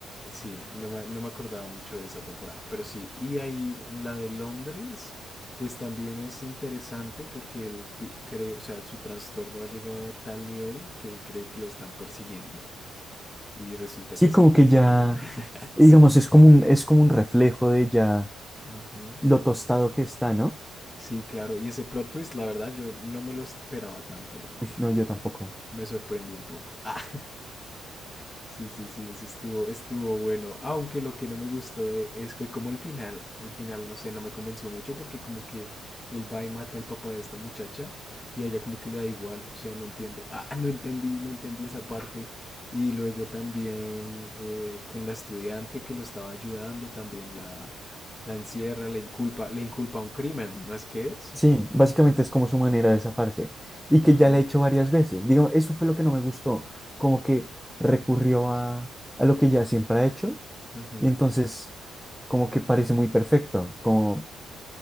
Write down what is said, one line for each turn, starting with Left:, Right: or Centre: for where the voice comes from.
Left: Sí, no me, no me acordaba mucho de esa temporada, pero sí. Y ahí la de Londres, pues también es interesante porque él pi- cree, o sea, su trastorno ha llegado a tal nivel que él cree que lo están persiguiendo. Y resulta
Centre: Sí,
Left: que es
Centre: como
Left: el mismo,
Centre: que ya,
Left: ¿no? <laughs> Eso-
Centre: digamos, es como un, es como un reflejo de ya
Left: Ajá.
Centre: lo tostado que está, ¿no?
Left: Sí, claro. Y ese plot twist, la verdad, yo no me lo esperaba tanto, la verdad.
Centre: Uy, no, yo tampoco.
Left: me sorprendió un poco. <laughs> Ah. Sí, sí, sí, ese estuvo, estuvo bueno. Aunque lo que no me gustó de- es, fue como el final. El final, no sé, no me convenció mucho porque como que él va y mata al papá de esta muchacha y a ella como que le da igual. O sea, no entiendo. Ah, <laughs> no entendí, no entendí esa parte. Y luego también eh, con la estudiante que lo estaba ayudando, también la, la encierra, le inculpa, le inculpa un crimen, ¿no es que es?
Centre: Sí, básicamente
Left: Ajá.
Centre: es como su manera de zafarse y
Left: Ajá.
Centre: que ya la he hecho varias veces. Digo, eso fue lo que no me gustó, como que recurrió a, a lo que ya siempre ha hecho
Left: ujú.
Centre: y entonces como que parece muy perfecto, como,